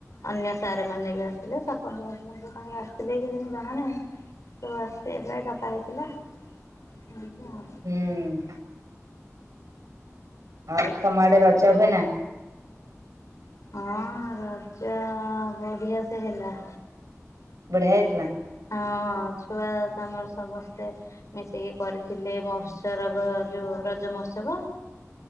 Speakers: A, on the left; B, on the right.
A: ଅନ୍ୟ ସାର ମାନେ ବି ଆସିଲେ ସରପଞ୍ଚ ହେରିକା ତାଙ୍କର ଆ ସିଲେଇକିକିନ୍ତୁ ଜଣା ନାହିଁ ତୁ ଆସବେ ଡକା ହେଇଥିଲା। ଆପ୍।
B: ହୁଁ ଆଉ ତମ ଆଡେ ରଜ ହୁଏ ନା।
A: ହଁ ରଜ ବଢିଆ ସେ ହେଲା।
B: ବଢିଆ ହେଇଥିଲା।
A: ହଁ ଛୁଆ ତମର ସମସ୍ତେ ମିଶିକି କରିଥିଲେ ମହୋତ୍ସ ରବ ଯୋଉ ରଜ ମହୋତ୍ସବ।